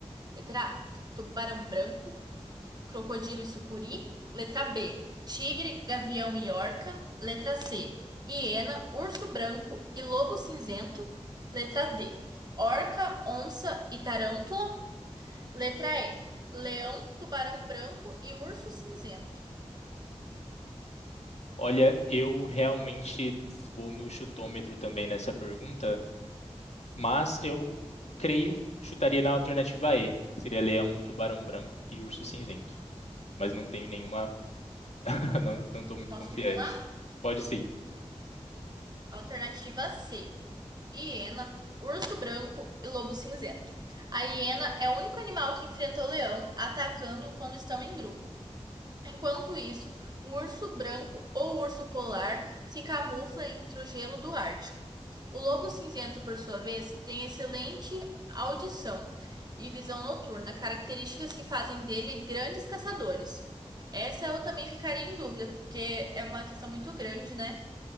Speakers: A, on the right (about 35°); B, on the left (about 75°).
A: Letra A: tubarão branco. crocodilo e sucuri. Letra B, tigre, gavião e orca. Letra C, hiena, urso branco e lobo cinzento. Letra D, orca, onça e tarântula. Letra E, leão, tubarão branco e urso cinzento.
B: Olha, eu realmente vou no chutômetro também nessa pergunta, mas eu creio chutaria na alternativa E, que seria leão, tubarão branco e urso cinzento. Mas não tenho nenhuma, <laughs> não,
A: Então,
B: não estou muito
A: posso
B: confiante.
A: revelar?
B: Pode sim.
A: Alternativa C, hiena, urso branco e lobo cinzento. A hiena é o único animal que enfrenta o leão, atacando quando estão em grupo. Enquanto isso, o urso branco ou urso polar se camufla entre o gelo do Ártico. O lobo cinzento, por sua vez, tem excelente audição e visão noturna, características que fazem dele grandes caçadores. Essa eu também ficaria em dúvida, porque é uma questão muito grande, né?